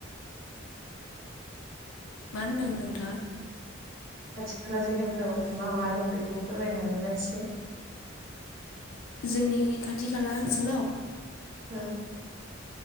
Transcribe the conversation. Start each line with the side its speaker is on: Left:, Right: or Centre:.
Left: मा होनदों नोंथाङा?
Right: खाथि खाला जायगाफोराव मा मा दं बेखौ फोरमायनो हागोन ना एसे
Left: जोंनि खाथि खाला ओनसोलाव
Right: ओ